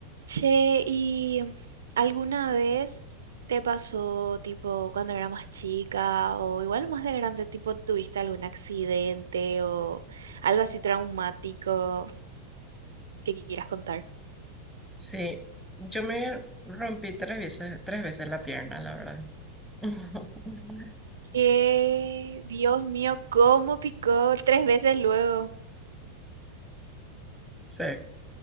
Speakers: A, on the right; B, in the centre.
A: Che, ¿y alguna vez te pasó, tipo, cuando era más chica o igual más de grande, tipo, tuviste algún accidente o algo así traumático que quieras contar?
B: Sí, yo me rompí tres veces, tres veces la pierna, la verdad. <laughs>
A: Que, Dios mío, cómo picó tres veces luego.
B: Sí,